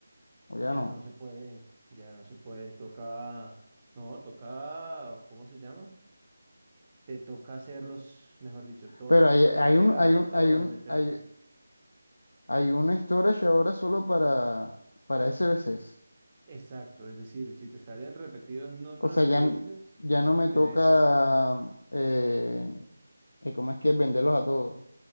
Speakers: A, on the left; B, on the right.
A: O
B: Ya
A: ya no.
B: no se puede, ya no se puede, toca, no, toca, ¿cómo se llama? Te toca hacerlos, mejor dicho, to-
A: Pero hay,
B: te toca
A: hay
B: entregarlos
A: un, hay un,
B: todos
A: hay un,
B: y meterlos.
A: hay, hay un storage ahora solo para, para SBCs.
B: Exacto, es decir, si te salen repetidos no
A: O
B: transferibles,
A: sea, ya, n- ya no me toca,
B: te deja.
A: eh, eh, ¿cómo es que es? venderlos a todos?